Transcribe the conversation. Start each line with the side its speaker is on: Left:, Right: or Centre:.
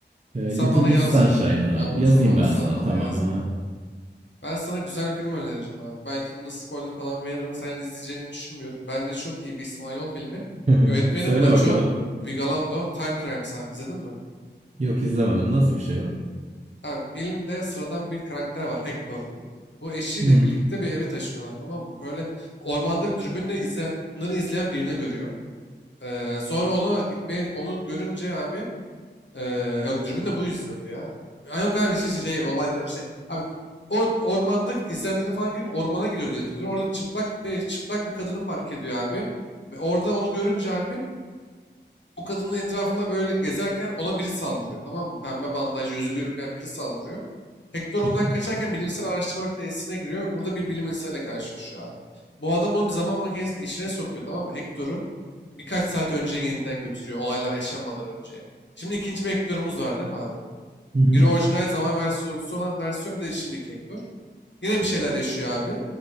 Right: E,
Left: Sen
Right: Little
Left: bana
Right: Miss
Left: yaz
Right: Sunshine
Left: ya da.
Right: abi.
Left: Aa, unuturum
Right: Yazayım
Left: abi.
Right: ben
Left: Sen
Right: sana
Left: bana
Right: tamam
Left: yaz
Right: ha.
Left: bana abi. Ben sana güzel bir film önereceğim abi. Belki bunda spoiler falan veririm. Sen izleyeceğini düşünmüyorum. Bence çok iyi bir İspanyol filmi.
Right: <laughs>
Left: Yönetmeni
Right: Söyle
Left: de Nacho
Right: bakalım.
Left: Vigalondo. Time Crimes abi izledin mi?
Right: Yok izlemedim. Nasıl bir şey o?
Left: Abi filmde sıradan bir karakter var. Hector diye. Bu eşiyle
Right: Hı hı.
Left: birlikte bir eve taşınıyorlar tamam mı? Böyle ormanda bir dürbünle izle, bunları izleyen birini görüyor. Ee, sonra ona gitmeyi onu görünce abi Eee, yok Dürbün'le bu izliyordu ya. Ha, yok abi şey, şey, şey olayları şey. Abi o ormanda izlendiğini falan gibi ormana gidiyor diye hatırlıyorum. Orada çıplak bir çıplak bir kadını fark ediyor abi. Ve Orada onu görünce abi o kadının etrafında böyle gezerken ona biri saldırıyor tamam mı? Pembe bandaj, yüzü görünmeyen biri saldırıyor. Hector ondan
Right: Hı hı.
Left: kaçarken bilimsel araştırma tesisine giriyor ve burada bir bilim insanıyla karşılaşıyor abi. Bu adam onu bir zaman makinesinin içine sokuyor tamam mı? Hector'u birkaç saat önce yeniden götürüyor olaylar yaşanmadan önce. Şimdi ikinci bir Hector'umuz var değil mi abi?
Right: Hı hı.
Left: Biri orijinal zaman versiyonu olan versiyon bir de şimdiki Hector. Yine bir şeyler yaşıyor abi.